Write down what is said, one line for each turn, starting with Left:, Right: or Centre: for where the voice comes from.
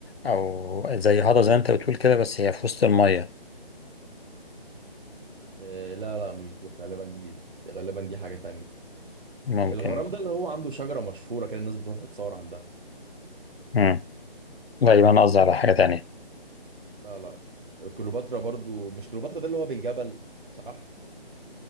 Left: أو زي هذا زي ما أنت بتقول كده بس هي في وسط المية
Right: آه لا لا مش دي غالبا دي غالبا دي حاجه تانية
Left: ممكن
Right: الغرام ده اللي هو عنده شجرة مشهورة كده الناس بتروح تتصور عندها
Left: مم. لا يبقى أنا قصدي على حاجة تانية
Right: لا لا كليوباترا برضو مش كليوباترا ده اللي هو بن جبل صح